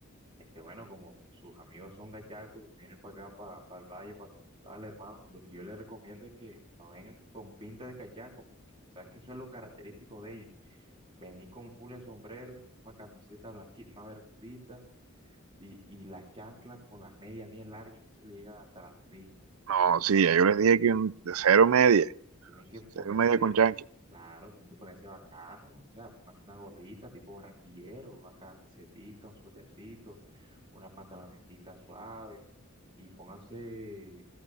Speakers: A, on the right; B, on the right.
A: Este, bueno, como sus amigos son gachacos, los que vienen para acá, para, el valle, para el festival, hermano, lo que yo les recomiendo es que no vengan con pinta de cachaco, porque sabes que eso es lo característico de ellos. Venir con full de sombrero, una camiseta blanquita, una bermudita y, y las chanclas con las medias bien largas, que eso le llegan hasta las rodillas.
B: No,
A: que
B: sí, ya yo les dije que un- de cero
A: tienen-
B: media,
A: Tienen que ponerse,
B: cero media con Yankee.
A: claro, tienen que ponerse bacano, o sea, pónganse una gorrita tipo barranquillero, una camisetica, un suétercito, una pantalonetica suave y pónganse